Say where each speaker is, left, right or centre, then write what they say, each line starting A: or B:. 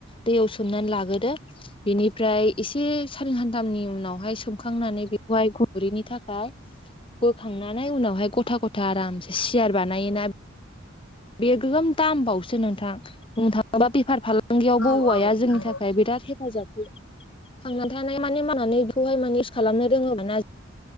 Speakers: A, on the left; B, on the left.
A: दैयाव सोमनानै लागोदो बिनिफ्राय एसे सानै सानथामनि उनावहाय सोमखांनानै बेवहाय गुन अरैनि थाखाय बोखांनानै उनावहाय गथा गथा आरामसे सियार बानायोना बेयो गोगोम दामबावसो नोंथां बुंनो थाङोबा बेफार फाला लांगियावबो
B: औ
A: औवाया
B: औ
A: जोंनि
B: नंगौ
A: थाखाय बिराद हेफाजाब थांनानै थानाय माने मावनानै बेखौहाय माने इउस खालामनो रोङोबा ना